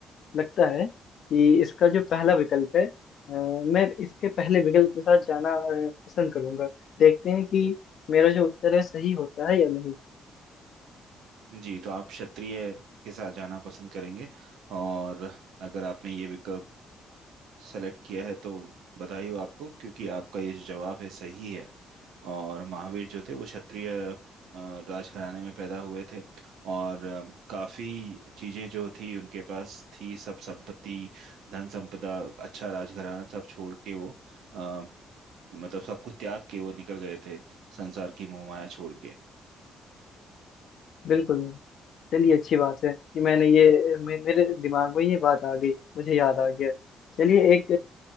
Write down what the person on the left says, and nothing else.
लगता है कि इसका जो पहला विकल्प है अ, मैं इसके पहले विकल्प के साथ जाना अ, पसंद करूंगा देखते हैं कि मेरा जो उत्तर है सही होता है या नहीं
बिल्कुल नहीं चलिए अच्छी बात है कि मैंने ये मे, मेरे दिमाग में ये बात आ गई मुझे याद आ गया चलिए एक